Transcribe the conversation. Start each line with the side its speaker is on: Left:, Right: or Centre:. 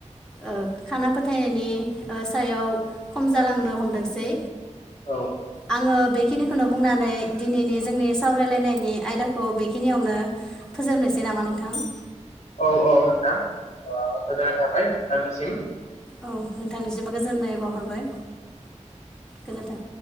Centre: ओ खाना फोथायनायनि ओ सायाव खम जालांनो हमदोंसै।
Left: औ।
Centre: आङो बेखिनिखौनो बुंनानै दिनैनि जोंनि सावरायलायनायनि आयदाखौ खौ‌ बेखिनियावनो फोजोबनोसै नामा नोंथां?
Left: औ औ नोंथां ओ गोजोननाय थाबाय नोंथांनिसिम।
Centre: औ नोंथांनिसिमबो गोजोननाय बावहरबाय गोजोन्थों।